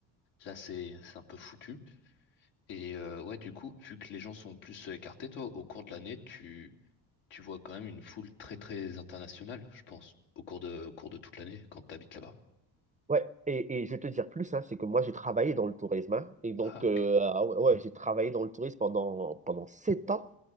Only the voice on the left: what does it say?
Là, c'est, c'est un peu foutu. Et euh, ouais, du coup, vu que les gens sont plus écartés, toi, au cours de l'année, tu, tu vois quand même une foule très très internationale, je pense, au cours de, au cours de toute l'année quand t'habites là-bas.
Ah,
ok.